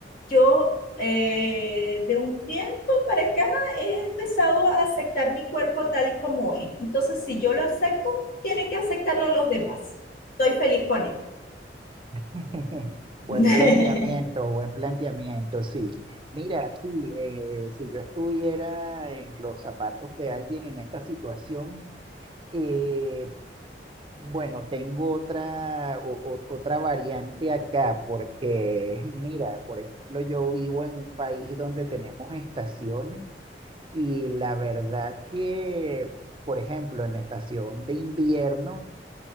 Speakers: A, on the left (about 55°); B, on the right (about 30°).
A: yo eh, de un tiempo para acá he empezado a aceptar mi cuerpo tal y como es. Entonces, si yo lo acepto, tienen que aceptarlo los demás. Estoy feliz con él.
B: <laughs> Buen
A: <laughs>
B: planteamiento, buen planteamiento, sí. Mira, sí, eh, si yo estuviera en los zapatos de alguien en esta situación, eh, Bueno, tengo otra, o- o- otra variante acá, porque <laughs> mira, por ejemplo, yo vivo en un país donde tenemos estaciones y la verdad que, por ejemplo, en la estación de invierno,